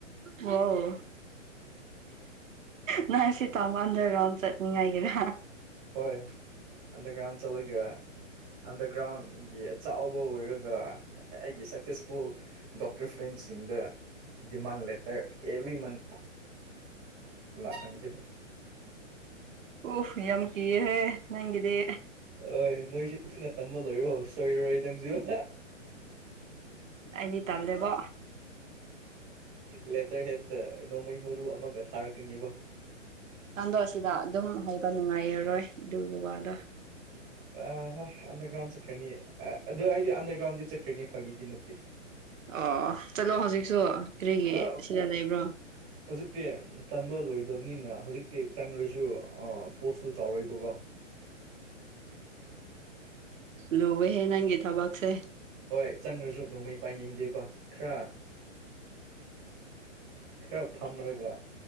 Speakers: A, on the right (about 80°); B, on the right (about 20°).
A: ꯑꯣ ꯅꯔꯁꯤ ꯇ ꯑꯃ ꯑꯟꯗꯔ ꯔꯥꯎ ꯆ ꯅꯤꯡꯉꯥꯏꯏꯒꯔ
B: ꯍꯣꯏ ꯑꯟꯗꯔꯒ꯭ꯔꯥꯎꯟ ꯆꯠꯂꯒ ꯑꯟꯗꯔꯒ꯭ꯔꯥꯎꯟꯒꯤ ꯆꯥꯎꯕ ꯑꯣꯏꯔꯒ ꯑꯩꯒꯤ ꯁꯛꯁꯦꯁꯐꯨꯜ ꯗꯣꯛꯇꯔ ꯐ꯭ꯔꯦꯟꯁꯤꯡꯗ ꯗꯤꯃꯥꯟ ꯂꯦꯇꯔ ꯑꯦꯕ꯭ꯔꯤ ꯃꯟ ꯂꯥꯛꯒꯦꯦ
A: ꯑꯣ ꯌꯥꯝ ꯀꯤꯌꯦꯦꯍꯦ ꯅꯪꯒꯤꯗꯤ
B: ꯍꯣꯏ ꯅꯣꯏꯁꯤ ꯊꯨꯅ ꯇꯃ ꯂꯣꯏꯔꯣ ꯁꯣꯏꯔꯔꯣꯏ ꯅꯪꯁꯨ
A: ꯑꯩꯗꯤ ꯇꯝꯗꯦꯕꯣ
B: ꯂꯦꯇꯔ ꯍꯦꯠꯇ ꯅꯣꯡꯃꯩ ꯃꯔꯨ ꯑꯃꯒ ꯊꯥꯔꯛꯀꯅꯤꯕ
A: ꯆꯥꯟꯗꯣꯛ ꯑꯁꯤꯗ ꯑꯗꯨꯝ ꯍꯩꯕ ꯅꯨꯡꯉꯥꯏꯔꯔꯣꯏ ꯑꯗꯨꯒꯤ ꯋꯥꯗꯣ
B: ꯑ ꯍꯣꯏ ꯑꯟꯗꯔꯒ꯭ꯔꯥꯎꯟ ꯆꯠꯈ꯭ꯔꯅꯤ ꯑꯗꯨꯗꯣ ꯑꯩꯗꯤ ꯑꯟꯗꯔꯒ꯭ꯔꯥꯎꯟꯗꯤ ꯆꯠꯈ꯭ꯔꯅꯤ ꯐꯥꯒꯤꯗꯤ ꯅꯠꯇꯦ
A: ꯑꯣ ꯆꯠꯂꯣ ꯍꯧꯖꯤꯛꯁꯨ ꯀꯔꯤꯒꯤ
B: ꯑ
A: ꯁꯤꯗ ꯂꯩꯕ꯭ꯔꯣ
B: ꯍꯧꯖꯤꯛꯇꯤ ꯇꯝꯕ ꯂꯣꯏꯗꯕꯅꯤꯅ ꯍꯧꯖꯤꯛꯇꯤ ꯆꯪꯈ꯭ꯔꯁꯨ ꯄꯣꯁꯇꯨ ꯆꯥꯎꯔꯛꯏꯕꯀꯣ
A: ꯂꯨꯕꯦꯍꯦ ꯅꯪꯒꯤ ꯊꯕꯛꯁꯦ
B: ꯍꯣꯏ ꯆꯪ꯭ꯔꯁꯨ ꯅꯣꯡꯃꯩ ꯄꯥꯏꯅꯤꯡꯗꯦꯕ ꯈꯔ ꯈꯔ ꯐꯝꯔꯒ